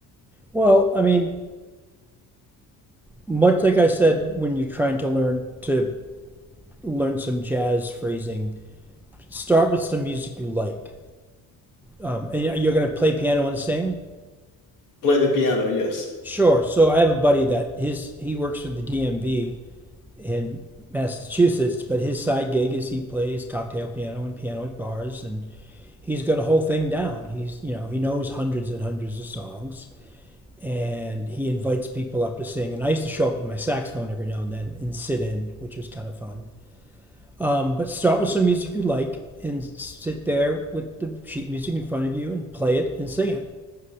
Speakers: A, in the centre; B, on the left.
A: Well, I mean, much like I said when you're trying to learn to learn some jazz phrasing, start with some music you like. Um, and you're going to play piano and sing?
B: Play the piano, yes.
A: Sure. So I have a buddy that his he works for the DMV in Massachusetts, but his side gig is he plays cocktail piano and piano at bars and he's got a whole thing down. He's, you know, he knows hundreds and hundreds of songs and he invites people up to sing. And I used to show up with my saxophone every now and then and sit in, which was kind of fun Um, but start with some music you like and sit there with the sheet music in front of you and play it and sing it,